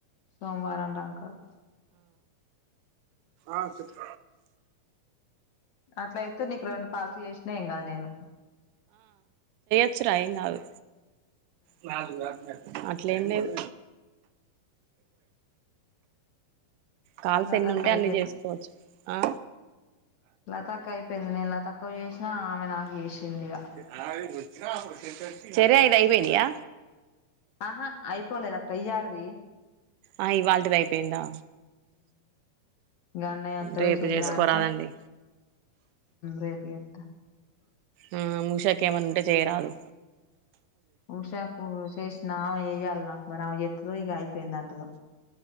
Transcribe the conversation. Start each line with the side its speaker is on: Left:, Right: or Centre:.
Left: సోమవారంట అంకుల్
Right: ఆ చెప్ప
Left: అట్ల అయితే నీకు రెండు కాల్స్ చేసినాం కదా నేను
Right: చ్చ రా ఏం కాదు <unintelligible> అట్లే ఏం లేదు కాల్స్
Left: నా
Right: ఎన్ని
Left: తక్కువ
Right: ఉంటే అన్ని చేసుకోవచ్చు ఆ
Left: లతాకాయ <unintelligible> పెంది న ఇలా తక్కువ చేసినా ఆమె నాకు చేసింది ఇగా
Right: <unintelligible> చెర ఇద అయిపోయినయా
Left: ఆహా అయిపోలేదా కయ్యాడది
Right: ఆ ఇవాళటి ది అయిపోయిందా
Left: గన్నయాత్రలు
Right: రేపు
Left: చేయాల
Right: చేసుకోరాదండి
Left: అంటే రేపు ఎత్త
Right: ఆ ముూషకే ఏమంది ఉంటే చేయరాదు
Left: ఉషాకు చేసిన ఎయ్యాల నాకు మరి ఎతు పెందాంటదో